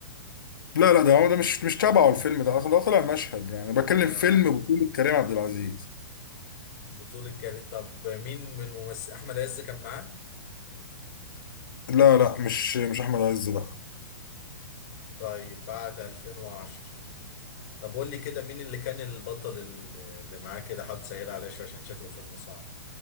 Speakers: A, on the left (about 65°); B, on the left (about 45°).
A: لا لا ده هو ده مش مش تبعه الفيلم ده اصلا ده طلع مشهد يعني بكلم
B: اه
A: فيلم بطولة كريم عبد العزيز
B: بطولة كريم طب مين من الممثل احمد عز كان معاه
A: لا لا مش مش احمد عز لا
B: طيب بعد 2010 طب قول لي كده مين اللي كان البطل اللي اللي معاه كده حاول تسهل عليا شويه عشان شكله فيلم صعب